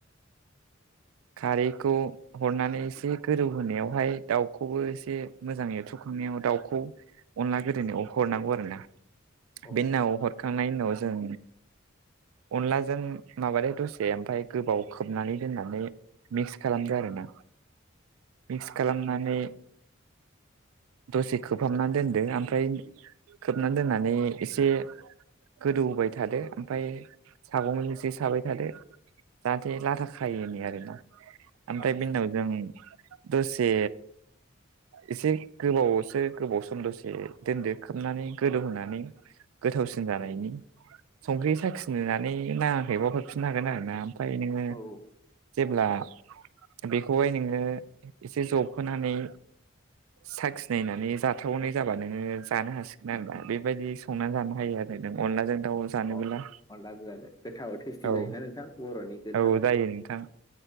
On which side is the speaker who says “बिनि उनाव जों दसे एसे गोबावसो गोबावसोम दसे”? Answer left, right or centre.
Right